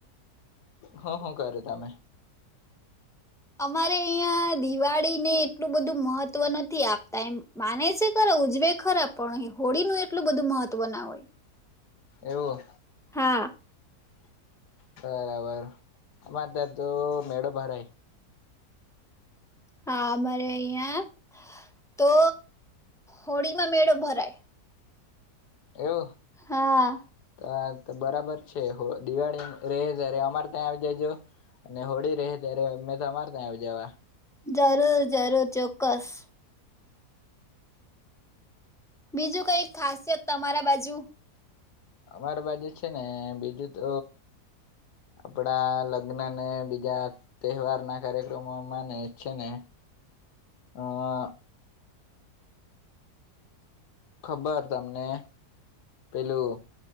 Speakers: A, on the left (about 80°); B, in the centre.
A: હું શું કરું તમે
B: અમારે અહં દિવાળીને એટલું બધું મહત્વ નથી આપતા એમ માને છે ખરા ઉજવે ખરા પણ હોળીનુંું એટલું બધું મહત્વ ના હોય
A: એવું
B: હા.
A: બરાબર વાત દ તો મેળો ભરાય.
B: હા અમારે અહિયાં તો હોળીમાં મેળો ભરાય.
A: એવું.
B: હા.
A: હ તો બરાબર છે હો દિવાળી રહે ત્યારે અમારે ત્યાં આવી જજો અને હોળી રહે ત્યારે અમે તમાર ત્યાં આવી જવા.
B: જરૂર જરૂર ચોક્કસ. બીજું કઈ ખાસિયત તમારા બાજુ.
A: અમારી બાજુ છે ને બીજું તો આપડા લગ્ન ને બીજા... તહેવારના કાર્યક્રમોમાંને... છે ને અહ... ખબર તમને પેલું